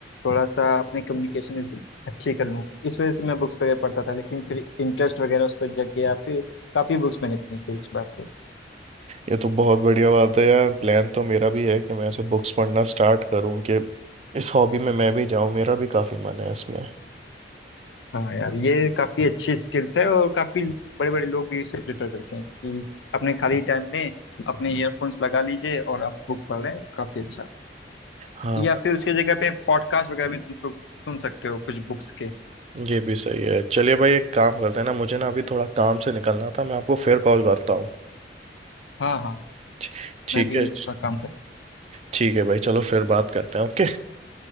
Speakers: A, on the left; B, on the right.
A: थोड़ा सा अपनी कम्युनिकेशन अच्छी कर लूँ इस वजह से मैं बुक्स वगैरह पढ़ता था लेकिन फिर इंटरेस्ट वगैरह उस पर जग गया फिर काफ़ी बुक्स मैंने पढ़ी थी उसके बाद
B: ये तो बहुत बढ़िया बात है यार प्लान तो मेरा भी है कि मैं ऐसे बुक्स पढ़ना स्टार्ट करूं कि इस हॉबी में मैं भी जाऊं मेरा भी काफी मन है इसमें
A: हाँ यार ये काफी अच्छी स्किल्स है और काफी बड़े बड़े लोग भी इसे प्रेफर करते हैं कि अपने खाली टाइम में अपने ईयरफोन्स लगा लीजिए और आप बुक पढ़ लें काफी अच्छा है
B: हाँ
A: या फिर उसकी जगह पे पॉडकास्ट वगैरह भी तुम सु- सुन सकते हो कुछ बुक्स के
B: ये भी सही है चलिए भाई एक काम करते हैं ना मुझे ना अभी थोड़ा काम से निकलना था मैं आपको फिर कॉल करता हूँ
A: हाँ हाँ
B: ठी- ठीक
A: मैं भी
B: है
A: थोड़ा काम कर
B: ठीक है भाई चलो फिर बात करते हैं ओके